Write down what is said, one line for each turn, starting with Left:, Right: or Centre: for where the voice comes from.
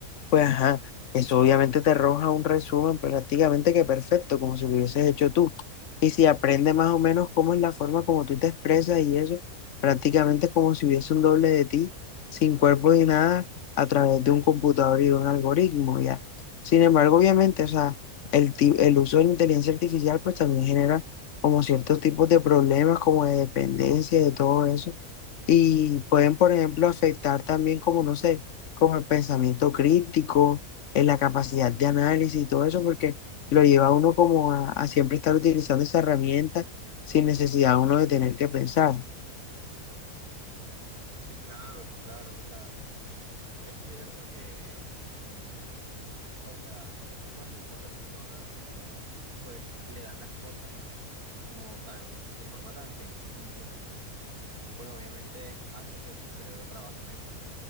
Left: Pues ajá, eso obviamente te arroja un resumen prácticamente que perfecto, como si lo hubieses hecho tú. Y si aprende más o menos cómo es la forma como tú te expresas y eso, prácticamente es como si hubiese un doble de ti, sin cuerpo ni nada, a través de un computador y de un algoritmo, ya. Sin embargo, obviamente, o sea, el, ti- el uso de la inteligencia artificial pues también genera como ciertos tipos de problemas, como de dependencia, de todo eso. Y pueden, por ejemplo, afectar también como, no sé como el pensamiento crítico, en la capacidad de análisis y todo eso, porque lo lleva a uno como a, a siempre estar utilizando esa herramienta sin necesidad uno de tener que pensar.
Right: Sí, claro, sí, claro. O sea, es cierto que O sea, cuando una persona pues le dan las cosas como tan, de forma tan sencilla, pues obviamente hace que tu cerebro trabaje menos.